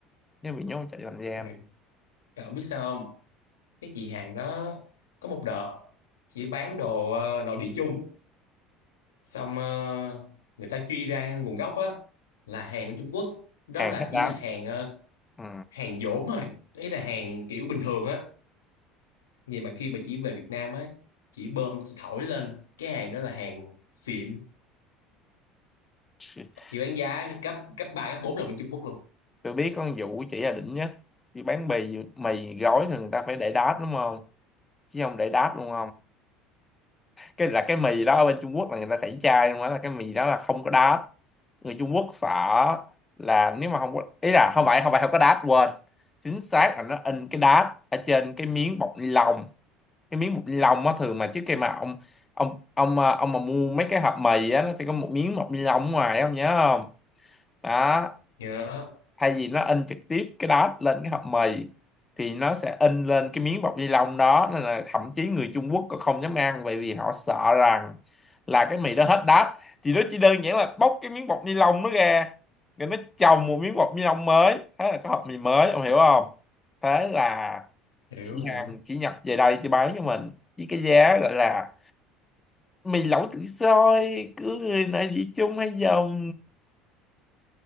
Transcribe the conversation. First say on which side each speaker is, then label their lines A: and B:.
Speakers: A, on the left; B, on the left.
A: nếu bị nhốt chạy tạm giam
B: tại tại không biết sao không cái chị hàng đó có một đợt chị bán đồ ờ, nội địa chung xong ờ, người ta truy ra nguồn gốc á là hàng bên Trung Quốc đó
A: hàng
B: là
A: hết đám
B: chỉ là hàng ờ,
A: ừ.
B: hàng dỗm thôi ý là hàng kiểu bình thường á vậy mà khi mà chỉ về Việt Nam á chỉ bơm chỉ thổi lên cái hàng đó là hàng xịn
A: <laughs>
B: chỉ bán giá cấp cấp ba cấp 4 là bên Trung Quốc luôn
A: tôi biết con vụ chỉ là đỉnh nhất đi bán bì mì gói thì người ta phải để đát đúng không chứ không để đát luôn cái là cái mì đó ở bên Trung Quốc là người ta tẩy chay luôn á là cái mì đó là không có đát người Trung Quốc sợ là nếu mà không có ý là không phải không phải không có đát quên chính xác là nó in cái đát ở trên cái miếng bọc ni lông cái miếng bọc ni lông á thường mà trước khi mà ông ông ông à, ông mà mua mấy cái hộp mì á nó sẽ có một miếng bọc ni lông ở ngoài ông nhớ không đó
B: nhớ
A: thay vì nó in trực tiếp cái đó lên cái hộp mì thì nó sẽ in lên cái miếng bọc ni lông đó nên là thậm chí người Trung Quốc còn không dám ăn bởi vì họ sợ rằng là cái mì đó hết đát thì nó chỉ đơn giản là bóc cái miếng bọc ni lông nó ra rồi nó chồng một miếng bọc ni lông mới thế là có hộp mì mới ông hiểu không thế là
B: hiểu
A: chị
B: hiểu
A: Hằng chỉ nhập về đây cho bán cho mình với cái giá gọi là mì lẩu tự xôi cứ người nào dĩ chung hay dòng